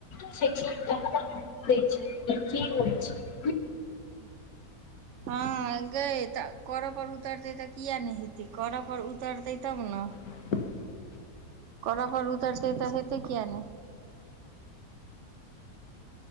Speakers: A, on the left (about 65°); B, on the right (about 60°).
A: से किनतै तखन ना कि होइ छै <inaudible>
B: <inaudible> हँ गय तऽ करऽ पर उतरतै तऽ किइया नै हेतै करऽ पर उतरतै तब ना
A: <inaudible>
B: करऽ पर उतरतै तऽ हेते किइया नै